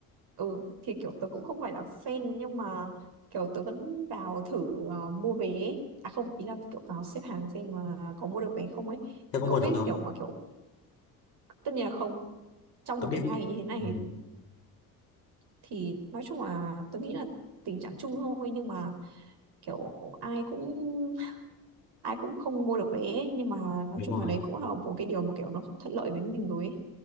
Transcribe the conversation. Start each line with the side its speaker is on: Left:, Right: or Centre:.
Right: ừ thì kiểu tớ cũng không phải là fan nhưng mà kiểu tớ vẫn vào thử ờ, mua vé ấy. à không ý là kiểu vào xếp hàng xem mà có mua được vé không ấy
Left: thế có mua
Right: cậu
Left: được
Right: biết
Left: không
Right: kiểu mà kiểu tất nhiên là không trong
Left: tớ
Right: một
Left: biết
Right: cái ngày như thế này
Left: ừ.
Right: thì nói chung là tôi nghĩ là tình trạng chung thôi nhưng mà kiểu ai cũng <laughs> ai cũng không mua được vé ấy. nhưng mà nói
Left: đúng
Right: chung
Left: rồi
Right: là đấy cũng là một cái điều mà kiểu nó không thuận lợi với mình rồi ấy.